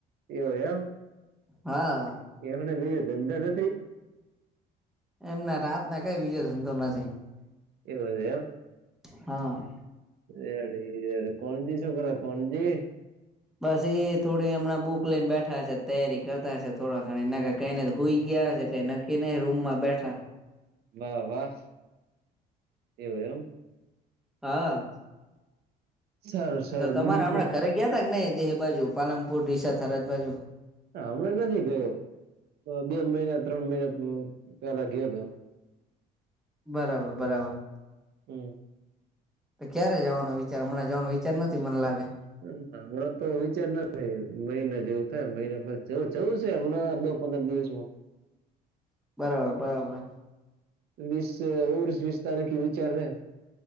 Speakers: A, on the right; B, in the centre.
A: એવ,
B: હા
A: એમ એમને બયો ધંધો નથી.
B: એમના રાત ના કઈ બીજો ધંધો નથી.
A: એવું છે એમ.
B: હા.
A: રેડ-રેડ કોણજી શું કર? કોણજી.
B: બસ એ થોડી હમણાં બુક લઈને બેઠા હશે, તૈયારી કરતા હશે, થોડા ઘ એ નગ કઈને હોઈ ગયા હ છે, કઈ નક્કી નહીં રૂમ માં બેઠા
A: વાહ, વાહ એવું એમ.
B: હા.
A: સારું સારું
B: તમારે
A: બીજું
B: હમણાં
A: કયો
B: ઘરે ગયા કે નઈ? દેહ બાજુ પાલમપુર ડીશા થરાજ બાજુ.
A: હ હમણાં નથી ગયો, બે મહિના, ત્રણ મહિના પેલા ગયો હતો.
B: બરાબર,
A: હમ
B: બરાબર.
A: હમ.
B: ક્યારે જવાનો વિચાર મણા જવાનો વિચાર નથી, મને લાગે.
A: હમણાં તો વિચાર ના થાય, મહિના જેવું થાય, મહિના પછી જવું છે, હમણાં પંદર દિવસમાં.
B: બરાબર, બરાબર.
A: વીસ-ઓગણીસ, વીસ તારીખ વિચાર હે.